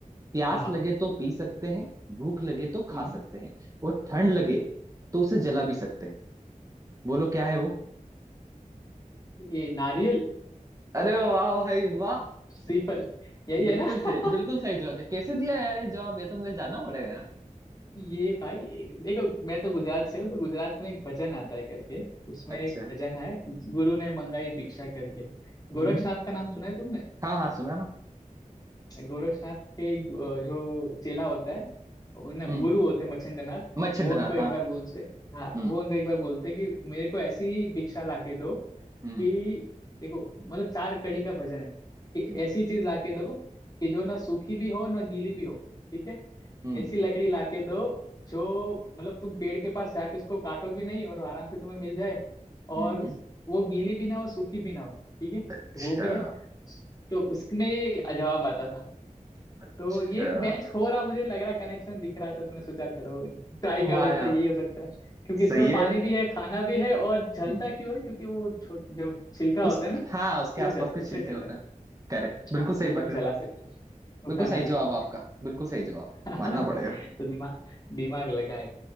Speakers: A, on the right; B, on the left.
A: प्यास
B: हाँ हाँ
A: लगे तो पी सकते हैं भूख लगे तो खा
B: हम्म,
A: सकते हैं और ठंड लगे तो उसे जला भी सकते हैं बोलो क्या है वो
B: ये नारियल
A: अरे वाह भाई वाह
B: श्रीफल यही
A: बिल्कुल
B: है ना
A: सही
B: <laughs>
A: बिल्कुल सही जवाब है कैसे दिया यार ये जवाब ये तो मुझे जानना पड़ेगा यार
B: ये भाई एक- देखो मैं तो गुजरात से हूँ तो गुजरात में एक भजन आता है करके उसमें
A: अच्छा
B: एक भजन है गुरु ने मंगाई भिक्षा करके गोरक्षनाथ
A: हम्म
B: का नाम सुना है तुमने
A: हाँ हाँ सुना ना
B: गोरक्षनाथ के अ, जो चेला होता है उन्हें
A: हम्म
B: गुरु होते हैं मच्छिंद्रनाथ
A: मच्छिंद्रनाथ
B: वो उनको एक
A: हाँ
B: बार बोलते हाँ
A: हम्म
B: वो उनको एक बार बोलते कि मेरे को ऐसी भिक्षा ला के दो कि
A: हम्म
B: देखो मतलब चार कड़ी का भजन है कि
A: हम्म
B: ऐसी चीज लाके दो कि जो ना सूखी भी हो ना गीली भी हो ठीक है
A: हम्म
B: ऐसी लकड़ी लाके दो जो मतलब तुम पेड़ के पास जाके उसको काटो भी नहीं और आराम से तुम्हें मिल जाए और
A: हम्म।
B: वो गीली भी ना हो सूखी भी ना हो ठीक है
A: अच्छा
B: वो भी है तो उसमें ये जवाब आता था
A: अच्छा
B: तो ये मैच हो रहा मुझे लग रहा कनेक्शन दिख रहा था तुमने सोचा चलो ट्राई
A: वाह
B: कर देता
A: यार
B: यही हो सकता है क्योंकि
A: सही
B: इसमें
A: है
B: पानी भी है खाना भी है और जलता
A: हम्म
B: क्यों है क्योंकि वो छो- जो छिलका
A: उस
B: होता है ना
A: हाँ उसके
B: वो
A: आसपास
B: जल
A: के
B: उससे
A: छिलके
B: जला
A: होते हैं करेक्ट बिल्कुल
B: हाँ
A: सही
B: वो हम
A: पकड़े
B: जला सकते हैं। सूखा
A: बिल्कुल सही
B: नारियल
A: जवाब आपका बिल्कुल सही जवाब
B: <laughs>
A: मानना पड़ेगा
B: तो दिमाग दिमाग लगा है